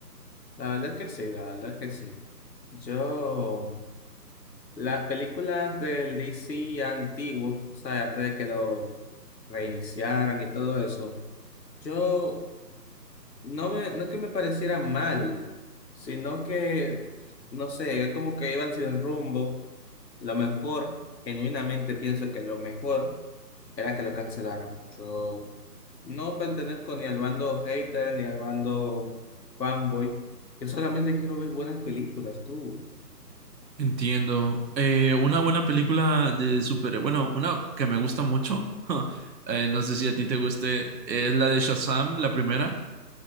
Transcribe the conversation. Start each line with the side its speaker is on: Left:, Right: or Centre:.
Left: La verdad es que sí, la verdad es que sí. Yo. Las películas del D C antiguo, o sea, antes de que lo reiniciaran y todo eso, yo no me, no que me pareciera mal, sino que, no sé, es como que iban sin rumbo. Lo mejor, genuinamente pienso que lo mejor era que lo cancelaran. Yo no pertenezco ni al bando hater ni al bando fanboy. Yo solamente quiero ver buenas películas, tú.
Right: Entiendo. Eh, una buena película de super, bueno, una que me gusta mucho, <laughs> eh, no sé si a ti te guste, es la de Shazam, la primera.